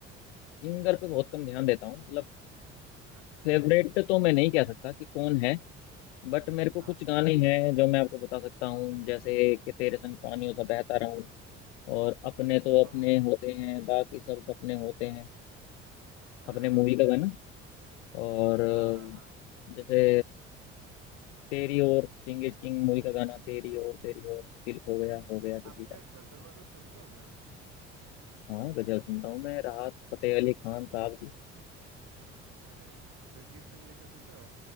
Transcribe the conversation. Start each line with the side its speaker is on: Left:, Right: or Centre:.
Left: सिंगर पे बहुत कम ध्यान देता हूँ मतलब
Right: अच्छा
Left: फेवरेट तो मैं नहीं कह सकता कि कौन है बट मेरे को
Right: हाँ
Left: कुछ गाने हैं जो मैं आपको बता सकता हूँ जैसे कि तेरे संग पानियों सा
Right: अच्छा
Left: बहता रहूं और अपने तो अपने
Right: ओह
Left: होते हैं बाकी सब सपने होते हैं
Right: अरे
Left: अपने मूवी
Right: वाह
Left: का गाना और अ,
Right: हाँ हाँ हाँ
Left: जैसे तेरी और सिंह इज किंग मूवी का गाना तेरी और तेरी और दिल खो गया हो गया किसी
Right: आप
Left: का
Right: क्या गजल वजल सुनते हो क्या
Left: हाँ गजल सुनता हूँ मैं राहत फतेह अली खान साहब
Right: अरे जगजीत सिंह जी के सुनते हो